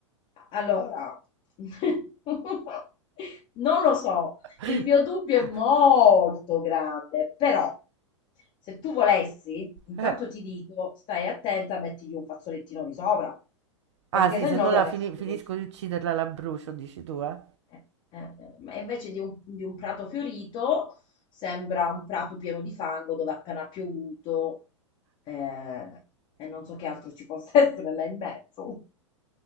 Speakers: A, on the left; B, on the right.
A: Allora, <laughs> non lo so,
B: <laughs>
A: il mio dubbio è molto grande, però se tu volessi, intanto
B: Eh,
A: ti dico, stai attenta, mettigli un fazzolettino di sopra,
B: ah
A: perché
B: sì,
A: sennò
B: se no la
A: quella
B: fini-
A: si brucia.
B: finisco di ucciderla la brucio, dici tu, eh?
A: Eh, eh, eh, Ma invece di un, di un prato fiorito, sembra un prato pieno di fango dove ha appena piovuto, eh, e non so che altro ci possa <laughs> essere là in mezzo.